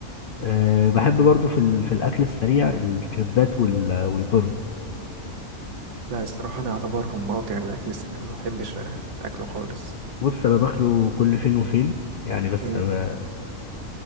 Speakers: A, on the left; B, on the right.
A: أه بحب برضو في ال- في الاكل السريع الكريبات وال- والبرجر
B: لا الصراحة أنا أعتبر مقاطع الأكل السريع ما بحبش أكله خالص
A: بص انا باكله كل فين وفين يعني بس
B: مم.
A: انا